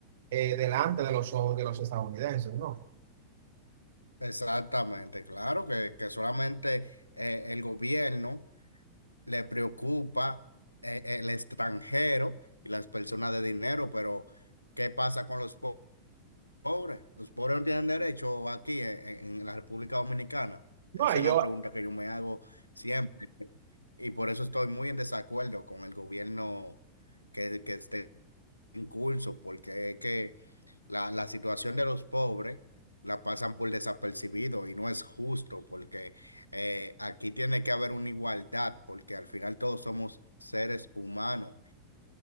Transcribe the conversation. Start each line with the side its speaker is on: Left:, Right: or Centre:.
Right: eh, delante de los ojos de los estadounidenses, ¿no?
Left: Exactamente, claro que, que solamente eh, el gobierno le preocupa eh, eh, el extranjero y las personas de dinero, pero ¿qué pasa con los po- pobres? ¿Los pobres no tienen derecho aquí en, en- en la República Dominicana?
Right: No,
Left: Esa
Right: ellos,
Left: es la pregunta que yo me hago siempre. Y por eso estoy muy en desacuerdo con el gobierno que, que esté en curso, porque es que la, la situación de los pobres la pasan por desapercibido y no es justo porque eh, aquí tiene que haber una igualdad porque al final todos somos seres humanos,